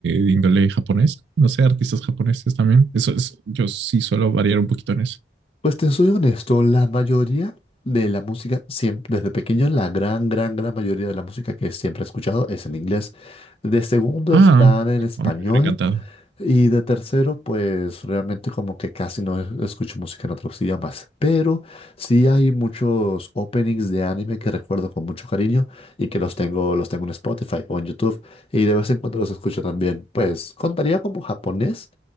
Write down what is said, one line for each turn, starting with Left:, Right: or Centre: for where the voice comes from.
Right: de índole japonés. No sé, artistas japoneses también. Eso es, yo sí suelo variar un poquito en eso.
Left: Pues te soy honesto, la mayoría de la música, siempre, desde pequeño, la gran, gran, gran mayoría de la música que siempre he escuchado es en inglés. De segundo
Right: Ah,
Left: están en español
Right: a mí me hubiera encantado.
Left: y de tercero, pues realmente como que casi no es- escucho música en otros idiomas. Pero sí hay muchos openings de anime que recuerdo con mucho cariño y que los tengo, los tengo en Spotify o en YouTube y de vez en cuando los escucho también. Pues contaría como japonés.